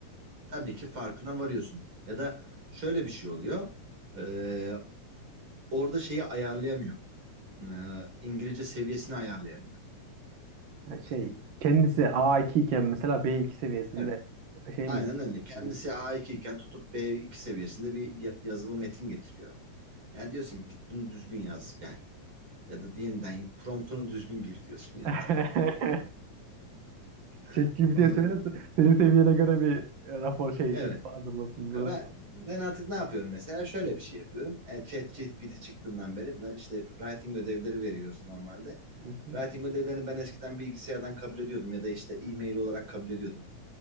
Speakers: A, on the right; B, on the right.
A: tabii ki farkına varıyorsun. Ya da şöyle bir şey oluyor. Ee, orada şeyi ayarlayamıyor. Ee, İngilizce seviyesini ayarlayamıyor.
B: Yani şey
A: Yani,
B: kendisi A2 iken mesela B2 seviyesinde
A: evet.
B: e, şey
A: Aynen
B: mi?
A: öyle. Kendisi
B: gitti?
A: A2 iken tutup b iki seviyesinde bir ya- yazılı metin getiriyor. Yani diyorsun ki git bunu düzgün yaz gel. Ya da yeniden promptunu düzgün gir diyorsun ya.
B: <laughs> ChatGPT'ye
A: <laughs>
B: söyle senin seviyene göre bir e, rapor şey
A: Evet.
B: ödev hazırlasın
A: Ya
B: bunu.
A: Ben ben artık ne yapıyorum mesela? Şöyle bir şey yapıyorum. E, ChatGPT çıktığından beri ben işte writing ödevleri veriyoruz normalde.
B: Hı hı.
A: Writing ödevlerini ben eskiden bilgisayardan kabul ediyordum ya da işte e-mail olarak kabul ediyordum.